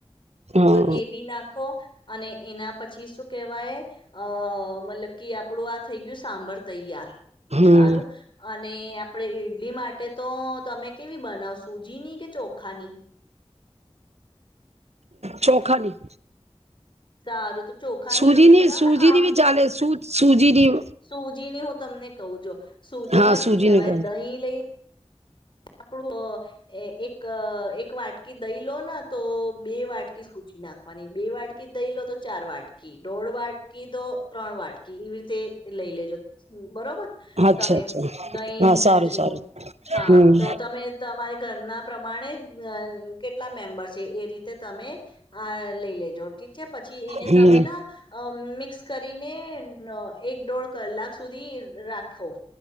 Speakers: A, on the right; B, on the left.
A: હા
B: તો એ બી નાંખો અને એના પછી શું કેહવાય અ મલબ કે આપડું આ થઇ ગયું સાંભર તૈયાર
A: હમ
B: સારું અને આપડે ડલી માટે તો તમે કેવી બનાવ સૂજીની કે ચોખાની?
A: ચોખાની.
B: સારું તો ચોખાની
A: સૂજીની
B: ઈડલી બનાવો
A: સૂજીની
B: ને આમ
A: બી ચાલે <unintelligible>
B: સુજી ની હું તમને કહું જો સુજી
A: હા
B: માં
A: સૂજીની
B: શું કેવાય
A: કહું
B: દહીં લઈ આપડો એ એક-એક વાટકી દહી લો ના તો બે વાટકી સૂજી નાખવાની, બે વાટકી કી દહીં લો તો ચાર વાટકી, દોઢ વાટકી, તો ત્રણ વાટ <unintelligible> તે લઈ લેજો. હમ્મ, બરોબર.
A: અચ્છા-અચ્છા,
B: તમે દહીં
A: હા
B: અને
A: સારું-સારું,
B: સૂજીનું હા
A: હમ્મ.
B: તો તમે તમારે ઘર ના પ્રમાણે અહ કેટલા મેમ્બર છે, એ રીતે તમે આ લઈ લેજો ઠીક છે. પછી એને
A: હમ
B: તમે ના અમ મિ મિક્સ કરીને એક દોઢ કલાક સુધી રાખો.